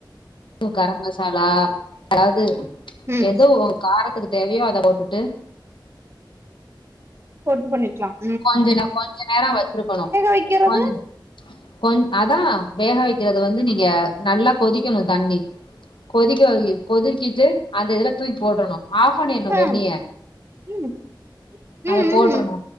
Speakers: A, on the left; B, on the right.
A: உப்பு கர மசாலா அதாவது
B: ம்
A: எதோ காரத்துக்கு தேவையோ அத போட்டுட்டு
B: போட்டு பண்ணிக்கலாம்
A: கொஞ்ச ந கொஞ்ச நேரம் வச்சிருக்கணும்
B: வைக்கிறது
A: கொஞ்ச கொஞ் அதா வேக வைக்கிறது வந்து நீங்க நல்லா கொதிக்கணு தண்ணி கொதிக்க வை கொதிக்கிட்டு அந்த இதுல தூக்கி போட்டணும் ஆஃப் பண்ணிடணும்
B: ஆ
A: வெந்நிய
B: ம்
A: அத
B: ம் ம்
A: போட்றனு